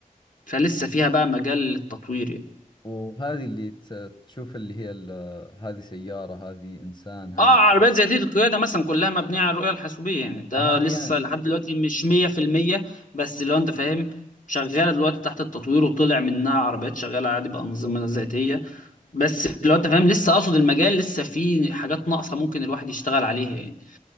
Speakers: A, on the left; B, on the left.
A: فلسه فيها بقى مجال للتطوير يعني
B: وهذه اللي ت- تشوف اللي هي ال- هذه سيارة هذه إنسان هذه
A: اه عربيات
B: كذا
A: ذاتيه القياده مثلا كلها مبنيه على الرؤيه الحاسوبيه يعني ده
B: هذه
A: لسه
B: يعني
A: لحد دلوقتي مش 100% بس لو انت فاهم شغاله دلوقتي تحت التطوير وطلع منها عربيات شغاله عادي بانظمه ذاتيه بس لو انت فاهم لسه اقصد المجال لسه فيه حاجات ناقصه ممكن الواحد يشتغل عليها يعني